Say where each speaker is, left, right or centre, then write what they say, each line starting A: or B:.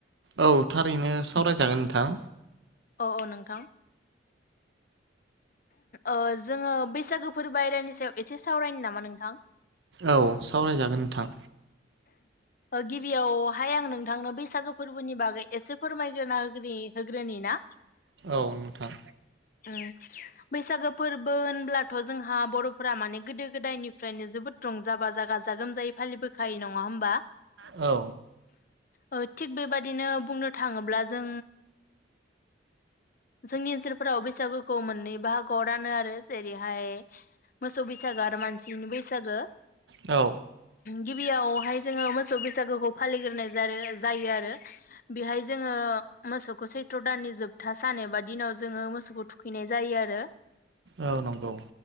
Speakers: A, on the right (about 65°); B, on the left (about 45°).
A: औ थारैनो सावरायजागोन नोंथां,
B: अ अ नोंथां ओ जोङो बैसागोफोर बायेरानि सायाव एसे सावरायनो नामा नोंथां?
A: औ सावरायजागोन नोंथां,
B: गिबियावहाय आं नोंथांनो बैसागो फोर्बोनि बागै एसे फोरमायग्रोना <unintelligible> होग्रोनि ना?
A: औ नोंथां
B: ओ बैसागो फोर्बो होनब्लाथ' जोंहा बर'फोरा माने गोदो गोदायनिफ्रायनो जोबोद रंजा बाजा गाजा गोमजायै फालिबोखाय नङा होमबा,
A: औ
B: उम थिग बेबदिनो बुंनो थाङोब्ला जों जोंनि ओनसोलफोराव बे बैसागोखौ मोननै बाहागोआव रानो आरो जेरैहाय मोसौ बैसागो आरो मानसिनि बैसागो,
A: औ
B: गिबियावहाय जोङो मोसौ बैसागोखौ फालिग्रोनाय जाय जायो आरो बेहाय जोङो मोसौखौ सैथ्र' दाननि जोबथा सान एबा दिनाव जोङो मोसौखौ थुखैनाय जायो आरो
A: औ नंगौ